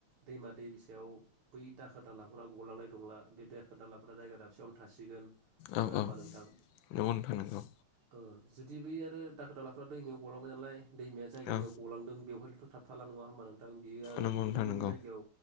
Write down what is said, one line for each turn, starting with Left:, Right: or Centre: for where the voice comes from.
Right: दैमा दैसायाव बै दाखोर दालाफोरा गलांनाय नंला बे दाखोर दालाफोरा जायगा दाबसेयावनो थासिगोन। नङा
Left: ओं-ओं
Right: होमबा नोंथां
Left: नंगौ नोंथां नंगौ।
Right: ओ जुदि बै आरो दाखोर दालाफ्रा दैमायाव गलांबाय नालाय दैमाया जाय जायगायाव
Left: औ
Right: गलांदों बेवहाय थ'थाबथाला नङा होमबा नों थां बियो आरो
Left: नंगौ
Right: गुबुन-गुबुन
Left: नोंथां नंगौ
Right: औ